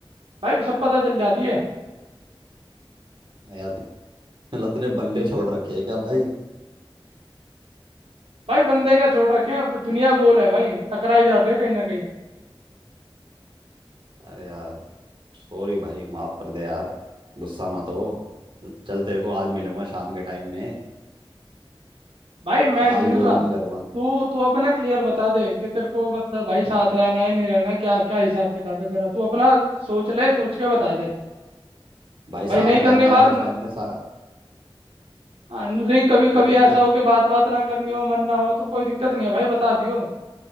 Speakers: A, on the right; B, on the right.
A: भाई सब पता चल जाती है
B: यार मतलब तूने बंदे छोड़ रखे हैं क्या भाई
A: भाई बंदे क्या छोड़ रखे हैं दुनिया गोल है भाई टकरा ही जाते हैं कहीं ना कहीं
B: अरे यार सॉरी भाई माफ कर दे यार गुस्सा मत हो चल तेरे को आज मिलूंगा शाम के टाइम में
A: भाई मैं नहीं
B: आज
A: मिल
B: गोली
A: रहा
B: नहीं करूंगा
A: तू तू अपना क्लियर बता दे कि तेरे को मतलब भाई साथ रहना है नहीं रहना है, क्या क्या हिसाब किताब है तेरा तू अपना सोच ले सोच के बता दे
B: भाई साथ
A: भाई नहीं
B: रहना
A: करनी
B: है
A: बात
B: बचपन से साथ
A: हाँ, नहीं कभी कभी
B: वो
A: ऐसा
B: वो
A: हो कि बात बात ना करनी हो मन ना हो तो कोई दिक्कत नहीं है भाई बता दियो